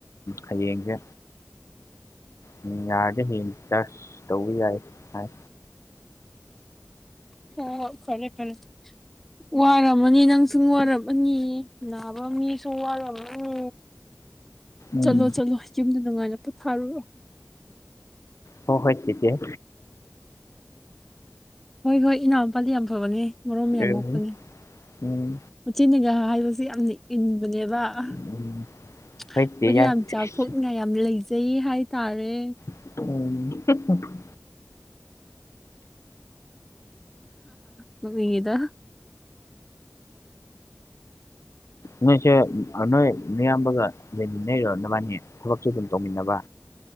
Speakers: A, on the left; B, in the centre.
A: ꯍꯌꯦꯡꯁꯦ ꯎꯝ ꯌꯥꯔꯗꯤ ꯍꯌꯦꯡ ꯗꯤꯆꯥꯔꯁ ꯇꯧꯕ ꯌꯥꯢ ꯍꯥꯢ
B: ꯍꯣꯏ ꯍꯣꯏ ꯐꯔꯦ ꯐꯔꯦ ꯋꯥꯔꯝꯃꯅꯤ ꯅꯪ ꯅꯪꯁꯨ ꯋꯥꯔꯝꯃꯅꯤ ꯅꯥꯕ ꯃꯤꯁꯨ ꯋꯥꯔꯝꯃꯅꯤ
A: ꯎꯝ
B: ꯆꯠꯂꯣ ꯆꯠꯂꯣ ꯌꯨꯝꯗ ꯅꯨꯡꯉꯥꯏꯅ ꯄꯣꯊꯥꯔꯨꯔꯣ
A: ꯍꯣ ꯍꯣꯏ ꯆꯦꯆꯦ
B: ꯍꯣꯏ ꯍꯣꯏ ꯏꯅꯥꯎꯄꯥꯗꯤ ꯌꯥꯝ ꯐꯕꯅꯦ ꯃꯔꯣꯝ ꯌꯥꯝ
A: ꯎꯝ
B: ꯃꯣꯛꯄꯅꯦ
A: ꯎꯝ
B: ꯃꯆꯦꯅꯒ ꯍꯥꯏꯕꯁꯦ ꯌꯥꯝꯅ ꯏꯟꯕꯅꯦꯕ ꯑ ꯑꯩꯈꯣꯏꯗꯤ
A: ꯎꯝ ꯍꯣꯏ ꯆꯦ ꯌꯥꯏ
B: ꯌꯥꯝ ꯆꯥꯎꯊꯣꯛꯅꯤꯡꯉꯥꯏ
A: ꯑꯁ
B: ꯌꯥꯝ ꯂꯩꯖꯩ ꯍꯥꯏ ꯇꯥꯔꯦ
A: <unintelligible>
B: ꯅꯣꯛꯅꯤꯡꯉꯤꯗ
A: ꯅꯣꯢꯁꯦ ꯑꯃꯥ ꯅꯣꯏ ꯅꯌꯥꯝꯕꯒ ꯂꯩꯃꯤꯟꯅꯩꯔꯣ ꯅꯕꯥꯟꯅꯤ ꯊꯕꯛꯁꯨ ꯑꯗꯨꯝ ꯇꯧꯃꯤꯟꯅꯕ